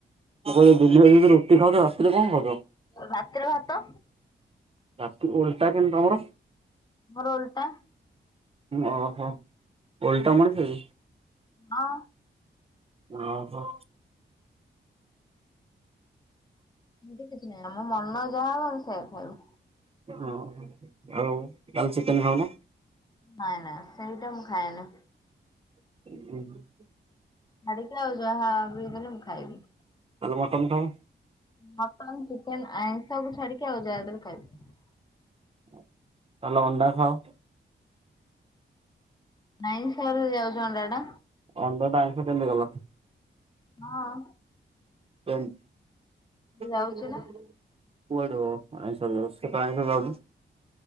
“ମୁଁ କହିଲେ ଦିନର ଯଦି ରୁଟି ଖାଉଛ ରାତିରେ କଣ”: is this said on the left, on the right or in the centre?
Right